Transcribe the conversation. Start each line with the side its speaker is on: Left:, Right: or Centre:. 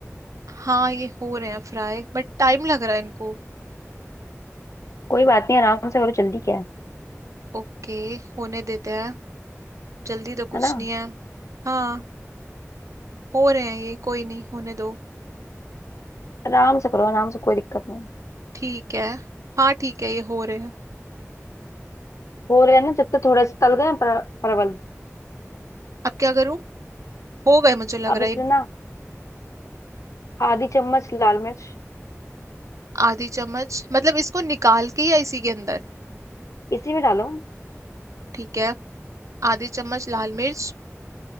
Right: हाँ ये हो रहे हैं फ्राई बट टाइम लग रहा है इनको
Left: कोई बात नहीं आराम से करो जल्दी क्या है
Right: ओके होने देते हैं जल्दी तो कुछ
Left: है ना
Right: नहीं है हाँ हो रहे हैं ये कोई नहीं होने दो
Left: आराम से करो आराम से कोई दिक्कत नहीं
Right: ठीक है हाँ ठीक है ये हो रहे हैं
Left: हो रहे हैं ना जब तक थोड़े से तल गए पर, परवल
Right: अब क्या करूँ हो गए मुझे लग
Left: अब
Right: रहा
Left: इसमें
Right: है
Left: ना आधी चम्मच लाल मिर्च
Right: आधी चम्मच मतलब इसको निकाल के या इसी के अंदर
Left: इसी में डालो
Right: ठीक है आधी चम्मच लाल मिर्च